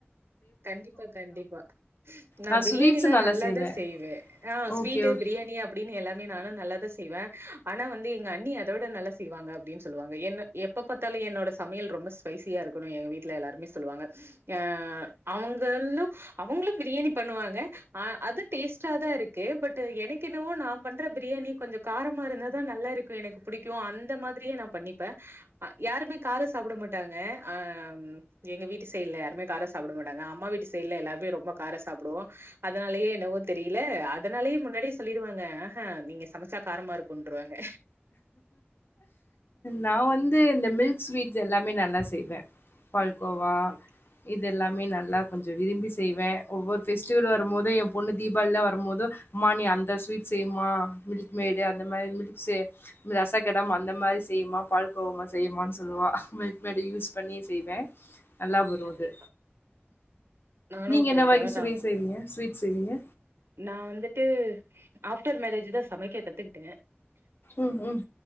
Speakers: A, on the right; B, on the left.
A: கண்டிப்பா கண்டிப்பா நா
B: நான்
A: பிரியாணிலா
B: ஸ்வீட்ஸும் நல்லா
A: நல்லாதா
B: செய்வேன்.
A: செய்வே ஆ ஸ்வீட்டு
B: ஓகே, ஓகே.
A: பிரியாணி அப்டின்னு எல்லாமே நானு நல்லா தா செய்வ ஆனா வந்து எங்க அண்ணி அதோட நல்லா செய்வாங்க அப்டின்னு சொல்லுவாங்க என்ன எப்ப பாத்தாலு என்னோட சமையல் ரொம்ப ஸ்பைசியா இருக்கணு எங்க வீட்ல எல்லாருமே சொல்லுவாங்க அ அவுங்கன்னு அவுங்களும் பிரியாணி பண்ணுவாங்க அ அது டேஸ்ட்டா தா இருக்கு பட் எனக்கு என்னவோ நா பண்ற பிரியாணி கொஞ்ச காரமா இருந்தாதா நல்லா இருக்கு எனக்கு பிடிக்கு அந்த மாதிரியே நா பண்ணிப்ப அ யாருமே காரோ சாப்ட மாட்டாங்க அ எங்க வீட்டு சைடுல யா ருமே காரோ சாப்ட மாட்டாங்க அம்மா வீட்டு சைடுல எல்லார்மே ரொம்ப காரோ சாப்புடுவோ அதனாலயே என்னவோ தெரியல அதனாலயே முன்னாடியே சொல்லிருவாங்க ஆஹ நீங்க சமைச்சா காரமா இருக்கு கொன்டுருவாங்க
B: நா வந்து இந்த மில்க் ஸ்வீட்ஸ் எல்லாமே நல்லா செய்வ பால்கோவா
A: ஓகே ஓகே.
B: இதெல்லாமே நல்லா கொஞ்சோ விரும்பி செய்வ ஒவ்வொரு ஃபெஸ்டிவல் வரும் போது எ பொண்ணு தீபாவளிலா வரும்போது அம்மா நீ அந்த ஸ்வீட் செய்மா மில்க் மேடு அந்த மாரி மில்க்ஸ்சு ரசகடம் அந்த மாரி செய்யுமா பால் கோவா செய்யுமானு சொல்லுவா மில்க்மேடு யூஸ் பண்ணி செய்வே நல்லா வரு‌
A: கண்டிப்பா
B: அது
A: நானு
B: நீங்க
A: அப்டிதா
B: என்ன வகை ஸ்விட்
A: நா
B: செய்வீங்க ஸ்வீட்ஸ் செய்வீங்க
A: நா வந்துட்டு ஆஃப்டர் மேரேஜ் தா சமைக்க கத்துக்கிட்ட
B: ம் ம்